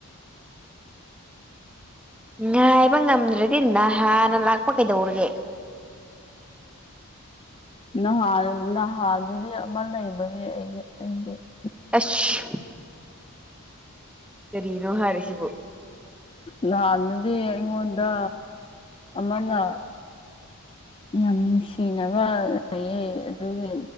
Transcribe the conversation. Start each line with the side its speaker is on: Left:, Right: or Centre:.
Centre: ꯉꯥꯏꯕ ꯉꯝꯗ꯭ꯔꯗꯤ ꯅꯍꯥꯟꯅ ꯂꯥꯛꯄ ꯀꯩꯗꯧꯔꯒꯦ <inaudible>
Left: ꯅꯍꯥ ꯅꯍꯥꯗꯨꯗꯤ ꯑꯃ ꯂꯩꯕꯒꯤ ꯑꯩꯒꯤ ꯑꯩꯒꯤ <unintelligible>
Centre: ꯑꯁ ꯀꯔꯤꯅꯣ ꯍꯥꯏꯔꯤꯁꯤꯕꯣ
Left: ꯅꯍꯥꯟꯅꯗꯤ ꯑꯩꯉꯣꯟꯗ ꯑꯃꯅ ꯌꯥꯝ ꯅꯨꯡꯁꯤꯅꯕ ꯂꯩꯌꯦ ꯑꯗꯨꯒꯤ